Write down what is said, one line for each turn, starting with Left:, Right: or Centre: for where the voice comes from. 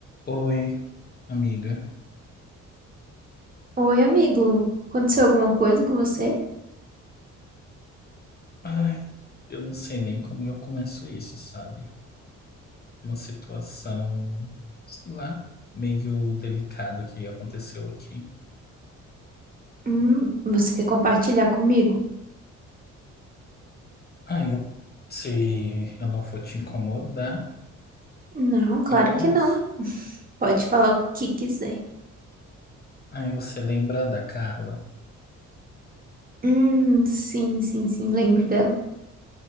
Left: Oi, amiga.
Right: Oi, amigo. Aconteceu alguma coisa com você?
Left: Ai, eu não sei nem como eu começo isso, sabe? Uma situação, sei lá, meio delicada que aconteceu aqui.
Right: Hum, você quer compartilhar comigo?
Left: Ai, eu, se eu não for te incomodar,
Right: Não, claro
Left: eu posso.
Right: que não. <laughs> Pode falar o que quiser.
Left: Ai, você lembra da Carla?
Right: Hum, sim, sim, sim, lembro dela.